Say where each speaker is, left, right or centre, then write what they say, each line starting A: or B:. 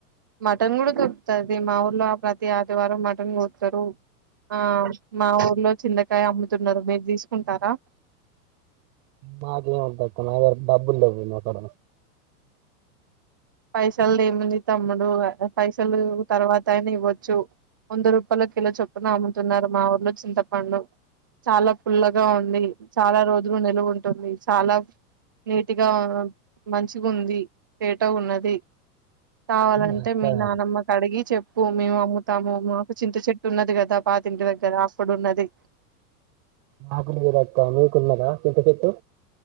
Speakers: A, on the right; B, on the right.
A: మటన్ కూడా దొరుకుతుది మా ఊర్లో ప్రతి ఆదివారం మటన్ కొతారు ఆ మా ఊర్లో చింతకాయ అమ్ముతున్నారు మీరు తీసుకుంటారా
B: నాక ఏ ఉ తకు నా డబ్బులు లెక్క నాక్కడ
A: పైసలు ఏముంది తమ్ముడు పైసలు తర్వాత అయిన ఇవ్వచ్చు వంద రూపాయల కిలో చొప్పున అమ్ముతున్నారు మా ఊర్లో చింతపండు చాలా పుల్లగా ఉంది చాలా రోజులు నిలువు ఉంటుంది చాలా నీట్గా మంచిగా ఉంది పే ట ఉన్నది కావాలంటే
B: మా అక్క
A: మీ నానమ్మకు అడిగి చెప్పు భూమి అమ్ముతాము మాకు చింత చెట్టు ఉన్నది కదా పాతింటి దగ్గర అప్పుడు ఉన్నది
B: నాకురుతా నవ కున్నార చింత చెట్